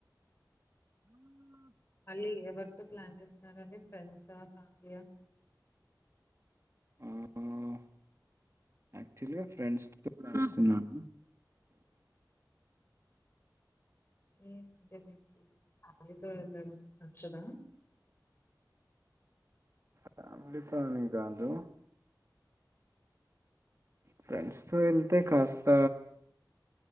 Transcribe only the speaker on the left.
మళ్ళీ ఎవరితో ప్లాన్ చేస్తున్నారండి ఫ్రెండ్సా ఆ ఫ్యామిలీయా
ఏం జర్నీ ఆళీతో వెళ్ళడం నచ్చదా